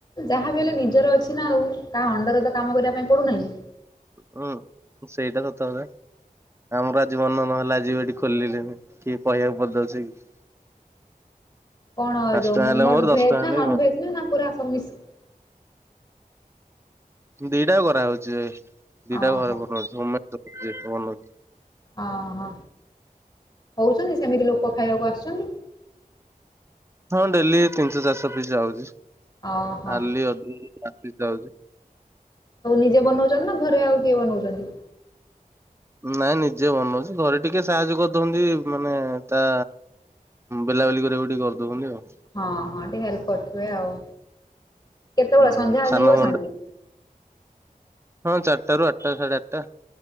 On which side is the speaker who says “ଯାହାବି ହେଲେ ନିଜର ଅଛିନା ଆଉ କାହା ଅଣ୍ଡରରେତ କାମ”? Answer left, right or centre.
Left